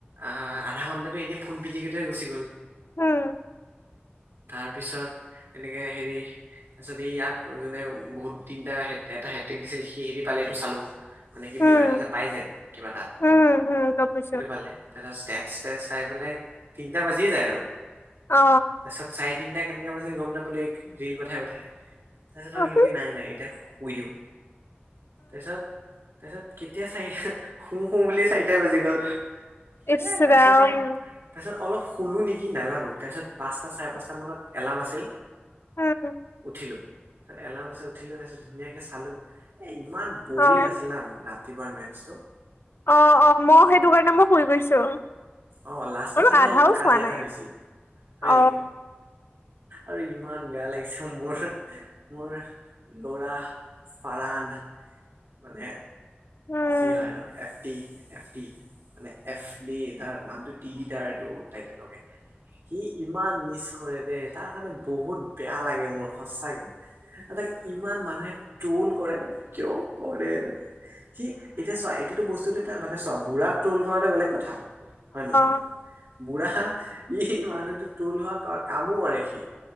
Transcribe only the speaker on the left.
উম
উম
উম উম গম পাইছো
অ
উম
ইছৰাম
কোৱা আৰু
অ
অ অ মই সেইটো কাৰণে মই শুই গৈছো
আৰু
আধাও
চোৱা
নাই।
অ
উম
অ